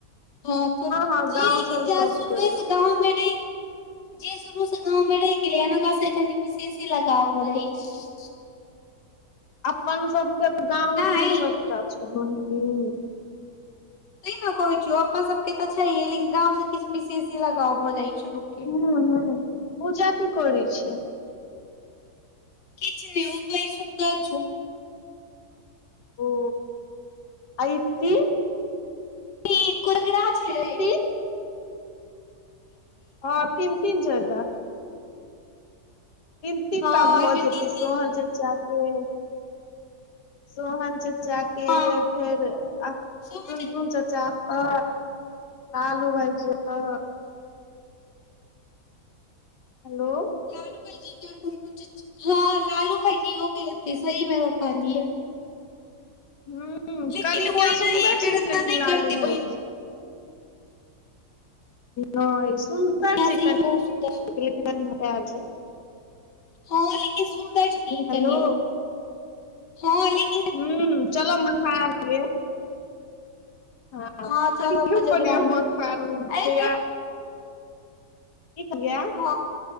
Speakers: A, on the left (about 85°); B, on the left (about 70°).
A: हँ तऽ
B: हँ गाँव
A: जे, लेकिन
B: से
A: जाए
B: सबके
A: सुरवै सँ गाममे रहै। जे शुरूसँ गाममे रहि गेलै, ओकरासँ कनि विशेषे लगाव भऽ रहैत छै।
B: अपन सभके गामे
A: नहि
B: सभटा छै, बहिन।
A: तै ने कहै छौ, अपन सभके तऽ छैहे, लेकिन गामसँ किछु विशेष लगाव भऽ जाइ छै लोकके।
B: हँ हँ, पूजा की करै छियै?
A: किछु नहि, ओ पैघ सुतल छै।
B: ओ एति।
A: तीन कोरा छै
B: इति
A: ए।
B: हँ, तीन-तीन जगह। तीन तीन
A: हँ
B: टा भऽ
A: एहिबे
B: जेतै,
A: तीन
B: सोहन
A: तीन
B: चाचा हूँ, सोहन चाचा के
A: हँ
B: फेर आ, तुन
A: सोहन छै,
B: तुन चाचा? ह, कालू भाइजी त हेलो
A: लालू भाई जी क हँ लालू भई जी हो गेथ सही मे कहियऐ
B: ह
A: लेकिन
B: कनि
A: ओहिना
B: सुन्दर
A: ई बेर
B: छैाल
A: एतऽ नहि करतै
B: भ
A: बहिन
B: नहि सुन्दर
A: कन्या
B: छै
A: सही
B: किनी
A: मे बहुत सुन्दर छै
B: क मब छै
A: हँ लिखी सुन्दरती
B: हेलो
A: कन्य हँ लिखी
B: हू चल मखा आ ल आ
A: हँ
B: प
A: चलब कोजगरा मे
B: खा तै
A: एहि बेर
B: की केलिय
A: ह